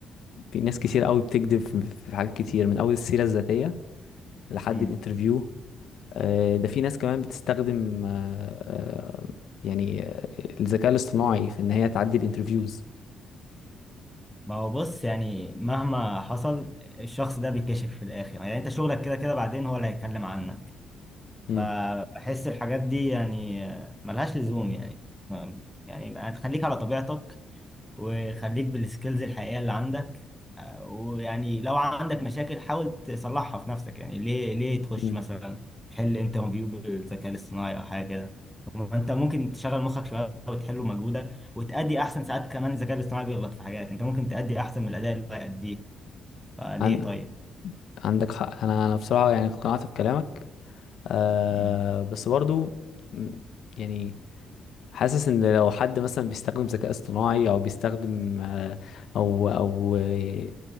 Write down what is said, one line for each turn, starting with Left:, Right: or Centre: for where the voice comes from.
Left: في ناس كتير قوي بتكذب في في حاجات كتير من اول السيرة الذاتية لحد
Centre: امم
Left: الانترفيو آه، ده في ناس كمان بتستخدم آه، آه، يعني آه، الذكاء الاصطناعي في ان هي تعدي الانترفيوز
Centre: ما هو بص يعني مهما حصل الشخص ده بيكشف في الاخر يعني انت شغلك كده كده بعدين هو اللي هيتكلم عنك
Left: مم.
Centre: فبحس الحاجات دي يعني ملهاش لزوم يعني يعني يبقى تخليك على طبيعتك وخليك بالسكيلز الحقيقية اللي عندك آه، ويعني لو عندك مشاكل حاول تصلحها في نفسك يعني ليه ليه تخش
Left: مم.
Centre: مثلا تحل انترفيو بالذكاء الاصطناعي او حاجة كده ما انت ممكن تشغل مخك شوية وتحله مجهودك وتأدي احسن ساعات كمان الذكاء الاصطناعي بيغلط في حاجات انت ممكن تأدي احسن من الأداء اللي هو يأديه فليه
Left: عن
Centre: طيب
Left: عندك حق انا انا بصراحة يعني اقتنعت بكلامك آه،
Centre: مم.
Left: بس برضو مم، يعني حاسس ان لو حد مثلا بيستخدم ذكاء اصطناعي او بيستخدم آه، او او آه،